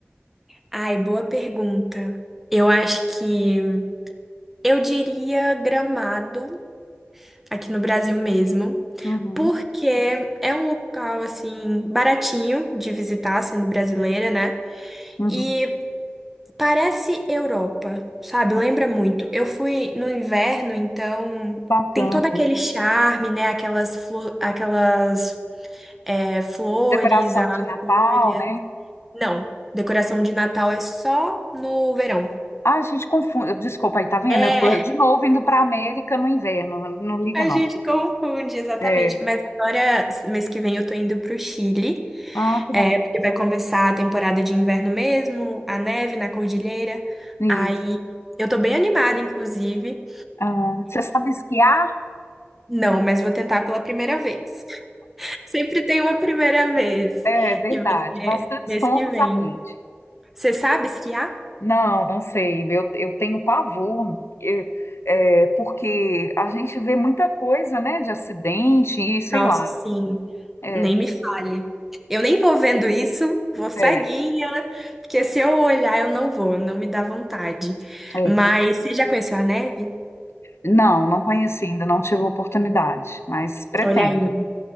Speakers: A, in the centre; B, on the left.
A: Ai, boa pergunta. Eu acho que eu diria Gramado, aqui no Brasil mesmo,
B: Uhum,
A: porque é um local assim baratinho de visitar, sendo brasileira, né?
B: uhum.
A: E parece Europa, sabe?
B: Ah,
A: Lembra muito. Eu fui no inverno, então
B: Que bacana.
A: tem todo aquele charme, né? Aquelas flo- aquelas é, flores,
B: Decoração
A: as
B: de Natal,
A: folhas.
B: né?
A: Não, decoração de Natal é só no verão.
B: Ah, a gente confunde. Desculpa aí, tá vendo?
A: É,
B: Eu tô de novo indo pra América no inverno, não liga
A: A
B: não.
A: gente confunde, exatamente.
B: É.
A: Mas agora, mês que vem, eu tô indo pro Chile,
B: Ah, que
A: é,
B: bacana.
A: porque vai começar a temporada de inverno mesmo, a neve na cordilheira.
B: Isso.
A: Aí eu tô bem animada, inclusive.
B: Ah, você sabe esquiar?
A: Não, mas vou tentar pela primeira vez. <laughs> Sempre tem uma primeira vez.
B: É verdade,
A: E vai ser
B: bastante
A: mês
B: estômagos
A: que vem.
B: aprende.
A: Você sabe esquiar?
B: Não, não sei, eu, eu tenho pavor, eu- é, porque a gente vê muita coisa, né, de acidente e sei
A: Nossa,
B: lá.
A: sim,
B: É,
A: nem me fale. Eu nem vou vendo isso, vou ceguinha,
B: é,
A: porque se eu olhar eu não vou, não me dá vontade.
B: é.
A: Mas você já conheceu a neve?
B: Não, não conheci ainda, não tive oportunidade, mas pretendo.
A: Olha aí,